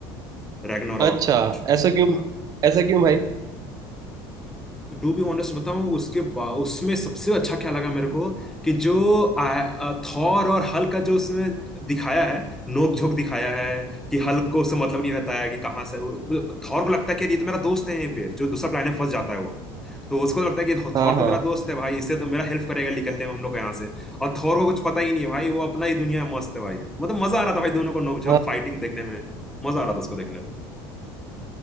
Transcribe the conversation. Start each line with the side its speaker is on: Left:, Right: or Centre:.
Centre: रैग्नारोक
Right: अच्छा
Centre: जो-
Right: ऐसा क्यों
Centre: हाँ
Right: ऐसा क्यों भाई
Centre: टू बी ऑनेस्ट बताऊं उसके बा, उसमें सबसे अच्छा क्या लगा मेरे को कि जो आ, आ, थॉर और हल्क का जो उसमें दिखाया है नोक झोंक दिखाया है कि हल्क को उससे मतलब नहीं रहता है कि कहाँ से वो- थॉर को लगता है कि ये तो मेरा दोस्त है यहीं पे जो दूसरा प्लेनेट फंस जाता है वो तो उसको तो लगता है कि
Right: हाँ
Centre: थॉर
Right: हाँ
Centre: तो मेरा दोस्त है भाई इससे तो मेरा हेल्प करेगा निकलने में हम लोग को यहाँ से और थॉर को कुछ पता ही नहीं है भाई वो अपना ही दुनिया में मस्त है भाई मतलब मजा आ रहा था भाई दोनों को नोकझोंक
Right: हाँ
Centre: फाइटिंग देखने में मजा आ रहा था उसको देखने में